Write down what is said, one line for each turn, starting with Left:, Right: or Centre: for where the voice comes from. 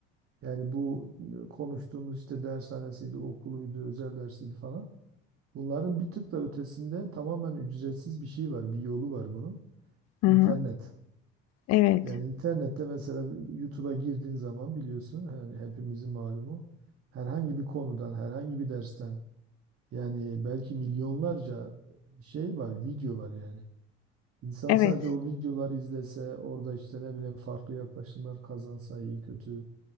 Right: Yani bu e, konuştuğumuz işte dershanesiydi, okuluydu, özel dersiydi falan. Bunların bir tık da ötesinde tamamen ücretsiz bir şey var, bir yolu var bunun.
Left: Hı
Right: İnternet.
Left: hı. Evet,
Right: Yani internette mesela YouTube'a girdiğin zaman biliyorsun hani hepimizin malumu herhangi bir konudan, herhangi bir dersten yani belki milyonlarca şey var, video var yani. İnsan
Left: evet.
Right: sadece o videoları izlese, orada işte ne bileyim farklı yaklaşımlar kazansa iyi kötü.